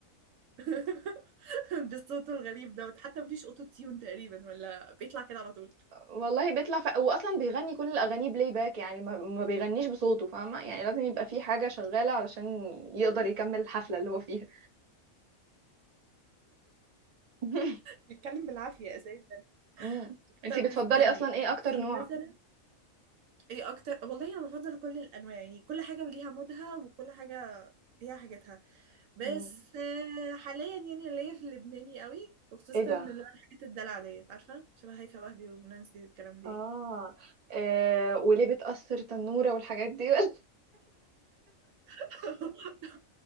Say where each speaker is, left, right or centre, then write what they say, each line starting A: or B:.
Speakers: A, on the right (about 70°); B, on the right (about 40°).
A: <laughs> بصوته الغريب دوت حتى مفيش اوتو تيون تقريبا ولا بيطلع كده على طول
B: والله بيطلع ف... هو اصلا بيغني كل الاغاني بلاي باك يعني ما, ما بيغنيش بصوته فاهمه يعني لازم يبقى في حاجه شغاله علشان يقدر يكمل الحفله اللي هو فيها <laughs>
A: بيتكلم بالعافيه اساسا
B: مم. انتي
A: طب
B: بتفضلي
A: استني
B: اصلا ايه
A: انت
B: اكتر نوع
A: مثلا ايه اكتر والله انا بفضل كل الانواع يعني كل حاجه وليها مودها وكل حاجه ليها حاجتها بس
B: مم.
A: آه، حاليا يعني ليا في اللبناني قوي وخصوصا
B: ايه ده
A: اللي هو الحاجات الدلع ديت عارفه شبه هيفاء وهبي ونانسي والكلام دي
B: آه. اه وليه بتأثر تنورة والحاجات دي <laughs>
A: <laughs>